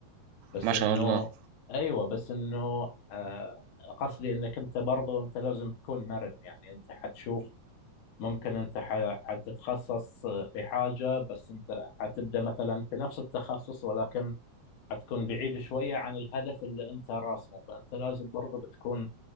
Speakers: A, on the left; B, on the right.
A: بس
B: ما
A: إنه
B: شاء الله
A: أيوة بس إنه آه، قصدي إنك أنت برضو أنت لازم تكون مرن يعني أنت حتشوف ممكن انت ح- حتتخصص في حاجة بس انت حتبدأ مثلا في نفس التخصص ولكن حتكون بعيد شوية عن الهدف اللي انت راسمه فانت لازم برضه بتكون